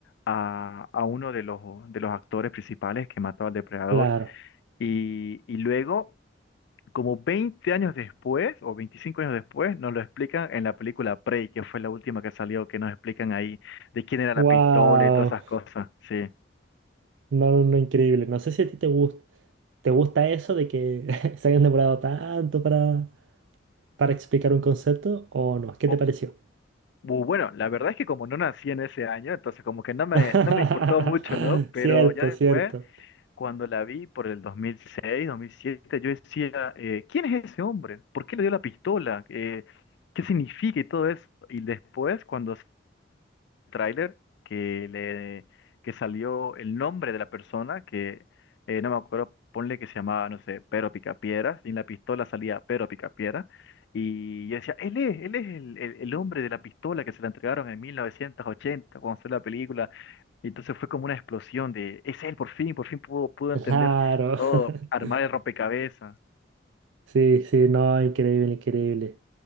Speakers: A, on the left; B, on the right.
A: a, a uno de los, de los actores principales que mató al depredador.
B: Claro.
A: Y, y luego, como 20 años después, o 25 años después, nos lo explican en la película Prey, que fue la última que salió, que nos explican ahí de quién era
B: ¡Wow!
A: la pistola y todas esas cosas. Sí.
B: No, no, no, increíble. No sé si a ti te gusta, te gusta eso de que <laughs> se hayan demorado tanto para, para explicar un concepto o no. ¿Qué
A: O-
B: te pareció?
A: bu- bueno, la verdad es que como no nací en ese año, entonces como que no me,
B: <laughs>
A: no me importó mucho, ¿no? Pero
B: Cierto,
A: ya después,
B: cierto.
A: cuando la vi por el dos dos mil seis dos mil siete yo decía, eh, ¿quién es ese hombre? ¿Por qué le dio la pistola? Eh, ¿qué significa y todo eso? Y después, cuando tráiler que le que salió el nombre de la persona que eh, no me acuerdo, ponle que se llamaba, no sé, Pero Picapiedra, y en la pistola salía Pero Picapiedra, y yo decía, él es, él es el, el, el hombre de la pistola que se la entregaron en 1980 cuando salió la película. Y entonces fue como una explosión de, es él, por fin, por fin pudo, pudo
B: Claro.
A: entender todo,
B: <laughs>
A: armar el rompecabezas.
B: Sí, sí, no, increíble, increíble.